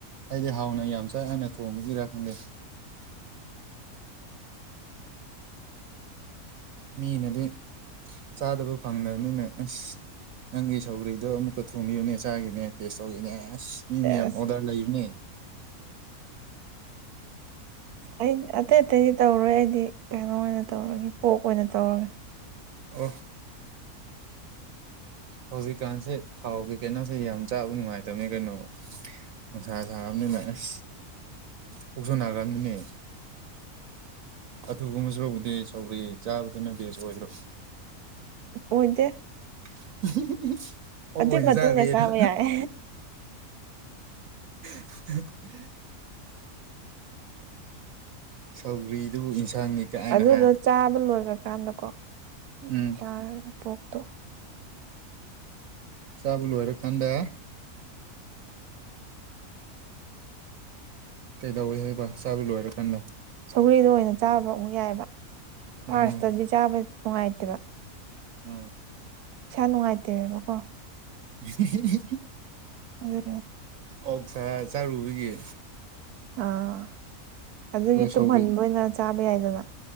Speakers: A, on the right; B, on the right.
A: ꯑꯩꯗꯤ ꯍꯥꯎꯅ ꯌꯥꯝ ꯆꯥꯏ ꯍꯥꯏꯅ ꯊꯣꯡꯕꯒꯤꯔꯥ ꯈꯪꯗꯦ
B: <unintelligible>
A: ꯃꯤꯅꯗꯤ ꯆꯥꯗꯕ ꯐꯪꯗꯕꯅꯤꯅ ꯑꯁ ꯅꯪꯒꯤ ꯁꯧꯔꯤꯗꯣ ꯑꯃꯨꯛꯀ ꯊꯣꯡꯕꯤꯕꯅꯦ ꯆꯥꯒꯤꯅꯦ ꯇꯦꯁ ꯇꯧꯤꯅꯦ ꯑꯁ ꯄꯤꯃꯤꯌꯝ
B: ꯑꯁ
A: ꯑꯣꯗꯔ ꯂꯩꯅꯦ
B: ꯑꯩ ꯑꯇꯩ ꯑꯇꯩꯗꯤ ꯇꯧꯔꯣꯏ ꯑꯩꯗꯤ ꯀꯩꯅꯣ ꯑꯣꯏꯅ ꯇꯧꯔꯒꯦ ꯄꯣꯛ ꯑꯣꯏꯅ ꯇꯧꯔꯒꯦ
A: ꯑꯣ ꯍꯧꯖꯤꯛꯀꯥꯟꯁꯦ ꯊꯥꯎꯒꯤ ꯀꯩꯅꯅꯥꯁꯦ ꯌꯥꯝ ꯆꯥꯕ ꯅꯨꯡꯉꯥꯏꯇꯕꯅꯦ ꯀꯩꯅꯣ ꯅꯨꯡꯁꯥ ꯁꯥꯕꯅꯤꯅ ꯑꯁ ꯀꯣꯛꯁꯣꯟ ꯒ꯭ꯔꯕꯅꯤꯅꯦ ꯑꯗꯨꯒꯨꯝꯕꯁꯨ ꯍꯧꯕꯗꯤ ꯁꯧꯔꯤ ꯆꯥꯕꯗꯨꯅ ꯕꯦꯁ ꯑꯣꯏꯗ꯭ꯔꯣ
B: ꯍꯣꯏꯗꯦ
A: <unintelligible>
B: ꯑꯗꯨꯏ
A: ꯑꯣꯏꯅ
B: ꯃꯇꯨꯡꯗ
A: ꯆꯥꯒꯦꯗ
B: ꯆꯥꯕ ꯌꯥꯏꯦ
A: <unintelligible> ꯁꯧꯒ꯭ꯔꯤꯗꯨꯕꯨ ꯏꯟꯁꯥꯡꯅꯤ ꯀꯥꯏꯅ
B: ꯑꯗꯨꯗꯣ
A: ꯍꯥ
B: ꯆꯥꯕ ꯂꯣꯏꯈ꯭ꯔꯀꯥꯟꯗꯀꯣ
A: ꯎꯝ
B: ꯆꯥꯔꯒ ꯄꯣꯛꯇꯣ
A: ꯁꯥꯕꯨꯂꯨ ꯍꯥꯏꯔ ꯀꯥꯟꯗ ꯀꯩꯗꯧꯏ ꯍꯥꯏꯕ ꯁꯥꯕ ꯂꯣꯏꯔꯀꯥꯟꯗ
B: ꯁꯧꯒ꯭ꯔꯤꯗꯣ ꯑꯣꯏꯅ ꯆꯥꯕ ꯑꯃꯨꯛ ꯌꯥꯏꯑꯕ
A: ꯎꯝ
B: ꯐꯥꯔꯁꯇꯗꯤ ꯆꯥꯕ ꯅꯨꯡꯉꯥꯏꯇꯦꯕ
A: ꯑꯥ
B: ꯁ ꯅꯨꯡꯉꯥꯏꯇꯕ ꯀꯣ
A: <unintelligible>
B: ꯎꯝ
A: ꯑꯣ ꯁꯥ ꯆꯥꯔꯨꯕꯒꯤꯌꯦ
B: ꯑꯥ ꯑꯗꯨꯒꯤ ꯇꯨꯝꯍꯟꯕ
A: ꯁꯧꯒ꯭ꯔꯤ
B: ꯑꯣꯏꯅ ꯆꯥꯕ ꯌꯥꯏꯗꯅ